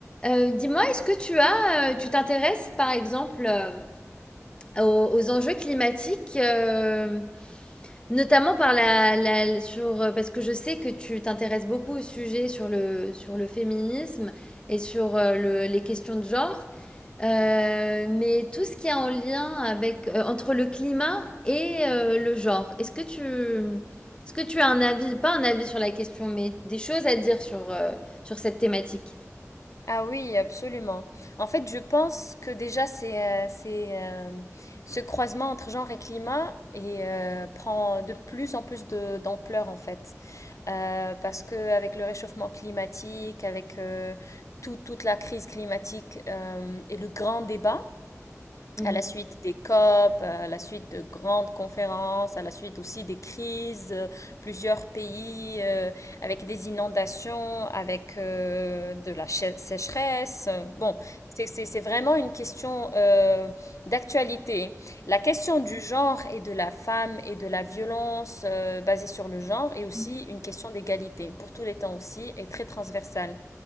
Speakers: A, on the left; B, on the left.
A: Euh, dis-moi, est-ce que tu as, euh, tu t'intéresses par exemple euh, aux, aux enjeux climatiques, euh, notamment par la, la- sur, euh, parce que je sais que tu t'intéresses beaucoup au sujet sur le, sur le féminisme et sur euh, le- les questions de genre, euh, mais tout ce qui est en lien avec, euh, entre le climat et euh, le genre. Est-ce que tu, est-ce que tu as un avis, pas un avis sur la question, mais des choses à dire sur, euh, sur cette thématique?
B: Ah oui, absolument. En fait, je pense que déjà, c'est, euh, c'est, euh, ce croisement entre genre et climat et, euh, prend de plus en plus de, d'ampleur, en fait. Euh, parce que avec le réchauffement climatique, avec euh, tout- toute la crise climatique euh, et le grand débat,
A: Mhm.
B: à la suite des COP, à la suite de grandes conférences, à la suite aussi des crises, euh, plusieurs pays euh, avec des inondations, avec euh, de la chè- sécheresse. Bon, c'est c'est- c'est vraiment une question euh, d'actualité. La question du genre et de la femme et de la violence euh, basée sur le genre est aussi
A: Ouais.
B: une question d'égalité, pour tous les temps aussi, et très transversale.